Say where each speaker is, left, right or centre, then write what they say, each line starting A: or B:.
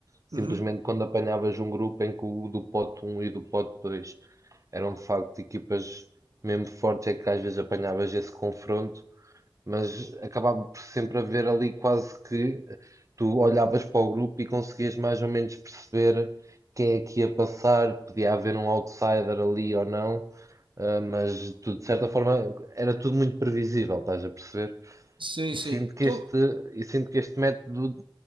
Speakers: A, on the right; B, on the right.
A: simplesmente
B: Uhum.
A: quando apanhavas um grupo em que o do pote um e do pote 2 eram de facto equipas mesmo fortes, é que às vezes apanhavas esse confronto mas acabava por sempre haver ali quase que tu olhavas para o grupo e conseguias mais ou menos perceber quem é que ia passar, podia haver um outsider ali ou não, ah, mas tu, de certa forma era tudo muito previsível, estás a perceber?
B: Sim,
A: E
B: sim.
A: sinto que
B: Tô,
A: este, e sinto que este método